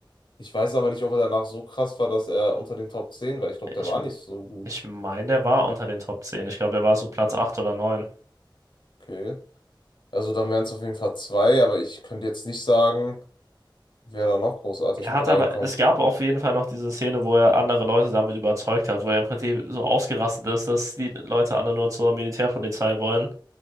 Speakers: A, on the left; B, on the right.
A: Ich weiß aber nicht, ob er danach so krass war, dass er unter den Top 10 war. Ich glaube, der
B: Ich,
A: war nicht so gut.
B: ich meine, der war unter den Top 10. Ich glaube, der war so Platz 8 oder 9.
A: Okay. Also dann wären es auf jeden Fall zwei, aber ich könnte jetzt nicht sagen. Wer da noch großartig
B: Er hat
A: mit reinkommt?
B: aber, es gab auf jeden Fall noch diese Szene, wo er andere Leute damit überzeugt hat, wo er im Prinzip so ausgerastet ist, dass die Leute alle nur zur Militärpolizei wollen,